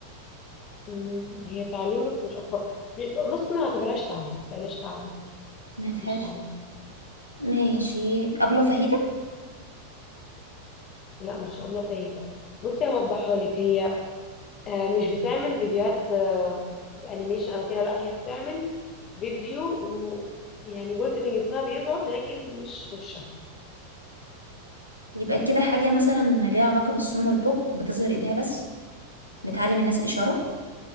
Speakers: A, on the left; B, on the right.
A: مم، هي تعليم بس مش اطفال م- بصي ما نعتبرهاش تعليم بلاش تعليم
B: ما
A: لا
B: فيهاش
A: مش تعليم
B: ماشي أبلة فهيدة
A: لا مش ابله فايته بصي هوضحها لك هي آه، مش بتعمل فيديوهات آه، بانيميشن او كده لا هي بتعمل فيديو و يعني جزء من جسمها بيظهر لكن مش وشها
B: يبقى كده حاجة مثلا ليها علاقة بالصم والبكم بتظهر إيديها بس بتعلم الناس الإشارة